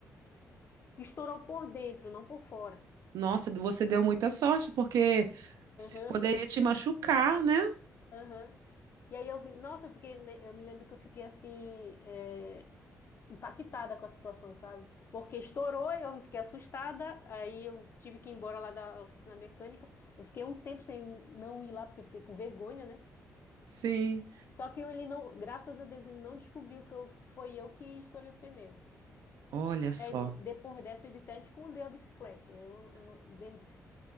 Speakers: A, on the left; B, on the right.
A: Estourou por dentro, não por fora.
B: Nossa, você deu muita sorte, porque se
A: Aham,
B: poderia te machucar, né?
A: aham. E aí eu vi, nossa, eu fiquei, né, eu me lembro que eu fiquei assim, é, impactada com a situação, sabe? Porque estourou e eu fiquei assustada, aí eu tive que ir embora lá da oficina mecânica. Eu fiquei um tempo sem não ir lá porque eu fiquei com vergonha, né?
B: Sim.
A: Só que ele não, graças a Deus, ele não descobriu que, eu- que foi eu que estourei o pneu.
B: Olha só.
A: Aí, de- depois dessa, ele até escondeu a bicicleta. Eu, eu não- dem-